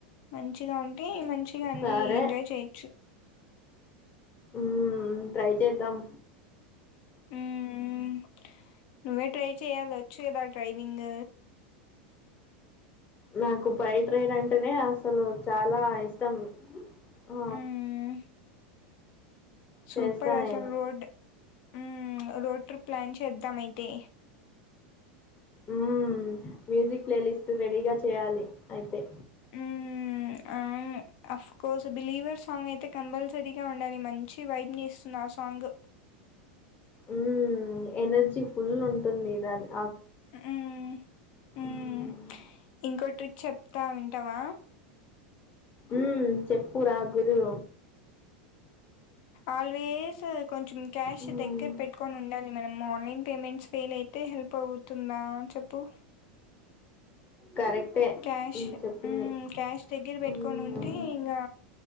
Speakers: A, on the left; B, on the left.
A: మంచిగా ఉంటే మంచ్ చిగా అన్ని
B: సరే
A: ఎంజాయ్ చేయొచ్చు.
B: ఉమ్ ట్రై చేద్దాం.
A: మ్మ్ నువ్వే ట్రై చేయాల? వచ్చేదా డ్రైవింగ్?
B: నాకు బైట్ రైడ్ అంటేనే అసలు చాలా ఇష్టం. ఆ
A: మ్మ్ సూపర్
B: చేస్తా
A: అసలు
B: నేను
A: రోడ్, ఉమ్ రోడ్ ట్రిప్ ప్లాన్ చేద్దాం అయితే?
B: ఉమ్, మ్యూజిక్ ప్లే లిస్ట్ రెడీగా చేయాలి అయితే?
A: ఉమ్ అవును, అఫ్కోర్స్ బిలీవర్ సాంగ్ అయితే, కంపల్సరీగా ఉండాలి. మంచి వైబ్ని ఇస్తుంది ఆ సాంగ్.
B: ఉమ్, ఎనర్జీ ఫుల్ ఉంటుంది దాంది.
A: ఉమ్, ఉమ్
B: మ్మ్
A: ఇంకో ట్రిక్ చెప్తా వింటవా?
B: ఉమ్, చెప్పు రా గురు?
A: ఆల్వేస్ కొంచెం క్యాష్
B: మ్మ్
A: దగ్గర పెట్టుకొనుండాలి. ఏమైనా మార్నింగ్? పేమెంట్స్ ఫెయిలైతే హెల్ప్ అవుతుందా చెప్పు.
B: కరెక్టే
A: క్యాష్
B: మ్మ్ చెప్పింది
A: ఉమ్ క్యాష్ దగ్గర పేట్కోనుంటే
B: మ్మ్
A: ఇంకా